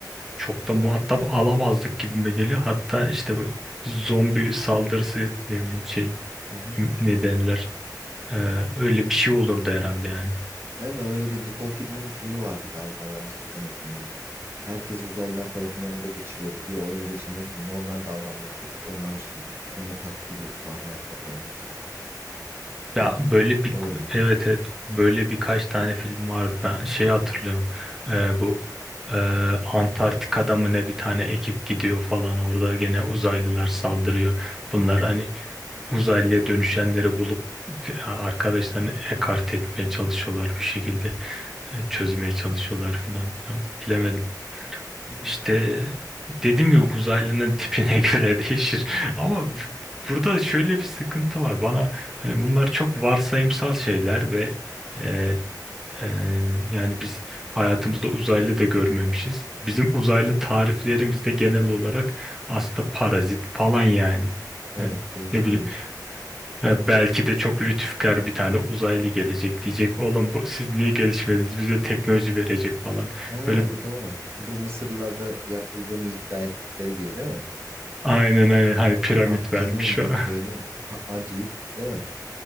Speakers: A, in the centre; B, on the right (about 35°).
A: çok da muhatap alamazdık gibime geliyor hatta işte bu zombi saldırısı ne bileyim şey
B: Hı hı. hı.
A: ne derler e, öyle bir şey olurdu herhalde yani.
B: Hemen öyle bir Nicole Kidman'ın filmi vardı galiba yanlış hatırlamıyorsam böyle. Herkes uzaylılar tarafından ele geçiriliyordu. Bir o ele geçirilmiyordu da normal davranmaya çalışıyordu. Onlarmış gibi onları taklit ediyordu falan hayatta kalmak için.
A: Ya
B: Sanki
A: böyle bir
B: oraya da gidebilirdi.
A: evet evet böyle birkaç tane film vardı ben şey hatırlıyorum
B: Hı
A: Ee, bu e, Antarktika'da mı ne bir tane ekip gidiyor falan orada gene uzaylılar saldırıyor bunlar
B: hı. Hı
A: hani uzaylıya dönüşenleri bulup e, arkadaşlarını ekart etmeye çalışıyorlar bir şekilde e, çözmeye
B: hı.
A: çalışıyorlar filan Ya bilemedim
B: Hmm.
A: işte dediğim gibi uzaylının tipine <laughs> göre değişir. Ama burada şöyle bir sıkıntı var. Bana hani bunlar çok varsayımsal şeyler ve e,
B: Hı. <laughs>
A: e, yani biz hayatımızda uzaylı da görmemişiz. Bizim uzaylı tariflerimiz de genel olarak aslında parazit falan yani.
B: Evet,
A: Yani
B: değişik
A: ne bileyim
B: değişik.
A: ya belki de çok lütufkar bir tane uzaylı gelecek diyecek. Oğlum bu siz niye gelişmediniz? Bize teknoloji verecek falan.
B: Ha,
A: Böyle
B: bir de o var. Bu Mısırlılarda yapıldığını iddia ettikleri gibi değil mi?
A: Aynen aynen hani piramit
B: Ah canım
A: vermiş.
B: deyip
A: <laughs>
B: böyle <laughs> a- acıyıp değil mi?